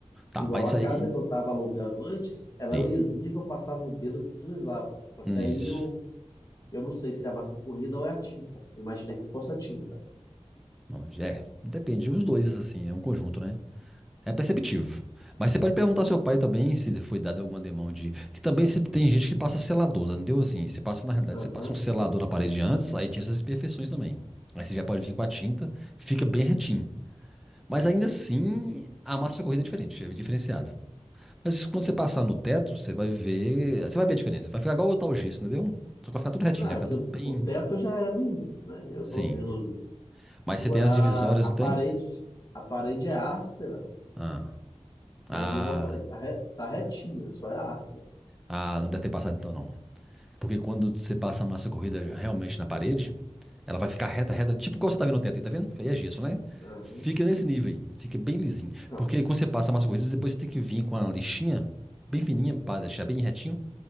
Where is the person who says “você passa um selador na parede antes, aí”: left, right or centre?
Centre